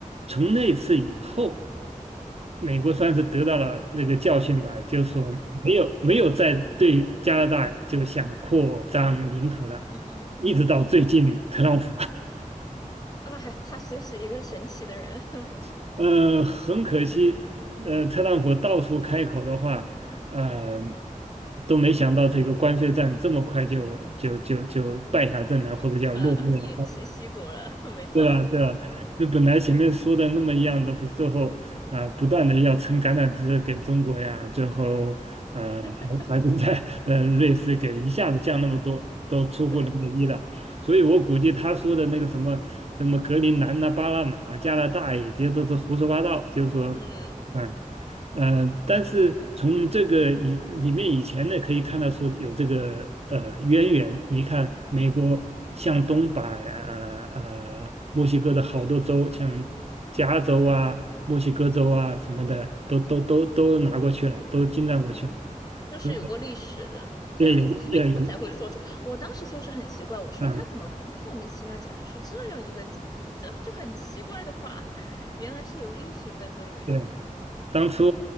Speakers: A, on the right (about 50°); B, on the left (about 30°).
A: 从那次以后。美国算是得到了这个教训吧，就是说没有没有再对加拿大就想扩张领土了，
B: 嗯，
A: 一直到最近特朗普，
B: 哎，他就是一个神奇的人，<laughs>
A: <laughs> 呃，很可惜，呃，特朗普到处开口的话，呃，都没想到这个关税战这么快就就就就败下阵来，或者叫落幕了
B: 呃，偃旗息鼓了，没错。
A: 对啊，对啊，那本来前面说的那么样子，最后啊、不断的要撑橄榄枝给中国呀，最后呃还还是在呃瑞士给一下子降那么多，
B: <laughs>
A: 都出乎人的意料。
B: 对，
A: 所以我估计他说的那个什么什么格陵兰呐、巴拿马、加拿大也这些都是胡说八道，就是说，
B: 嗯，
A: 嗯、呃，但是从这个里里面以前呢，
B: 有可
A: 可以看得出有这个呃渊源。你看，美国向东把呃呃墨西哥的好多州，
B: 能。
A: 像加州啊、墨西哥州啊什么的，都都都都拿过去了，都侵占过去了。
B: 嗯，就是有过历史的这样子，
A: 之后，对，有也有，
B: 所以他才会说出。我当时就是很奇怪，我说他怎么会莫名其妙讲出这样一个
A: 啊
B: 这就很奇怪的话，原来是有历史在这里面的。
A: 对。当初，